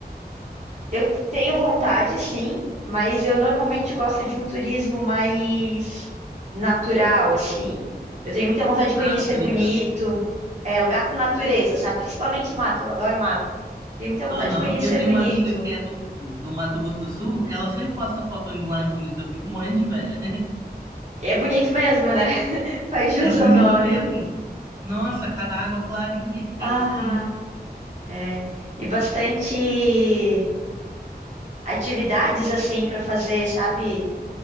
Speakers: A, on the right; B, on the right.
A: Eu t- tenho vontade, sim, mas eu normalmente gosto de um turismo mais natural, assim. Eu tenho muita vontade de conhecer
B: Ah, tô
A: bonito,
B: ligado.
A: é, lugar com natureza, sabe? Principalmente mato, eu adoro mato. Tenho muita vontade
B: Aham.
A: de conhecer
B: Eu tenho
A: bonito.
B: uma amiga que é do, do Mato Grosso do Sul, ela sempre posta foto indo lá em Bonito, eu fico morrendo de inveja.
A: E é bonito mesmo, né? <laughs> Faz jus
B: É bonito
A: ao nome.
B: mesmo. Nossa, cada água clarinha que tem
A: Ah,
B: nos rios.
A: é. E bastante atividades, assim, para fazer, sabe?